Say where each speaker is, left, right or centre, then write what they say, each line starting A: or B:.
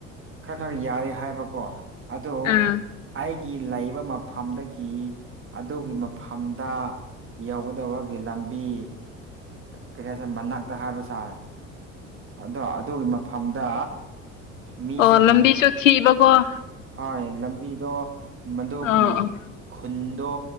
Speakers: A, on the right; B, on the left.
A: ꯈꯔ ꯈꯔ ꯌꯥꯔꯦ ꯍꯥꯏꯕꯀꯣ ꯫ ꯑꯣꯗ‌ꯣ
B: ꯑꯥ
A: ꯑꯩꯒꯤ ꯂꯩꯕ ꯃꯐꯝꯗꯒꯤ ꯑꯗꯨꯒꯤ ꯐꯝꯗ ꯌꯧꯒꯗꯕꯒꯤ ꯂꯝꯕꯤ ꯀꯔꯤ ꯍꯥꯏꯁꯦ ꯃꯅꯥꯛꯇ ꯍꯥꯏꯕꯁꯥꯏ ꯑꯗꯣ ꯑꯗꯨꯒꯤ ꯃꯐꯝꯗ ꯃꯤꯁꯤꯡꯅ
B: ꯑꯣ ꯂꯝꯕꯤꯁꯨ ꯊꯤꯕꯀꯣ ꯫
A: ꯍꯣꯏ ꯂꯝꯕꯤꯗꯣ ꯃꯗꯨꯒꯤ
B: ꯑ
A: ꯈꯨꯟꯗꯣ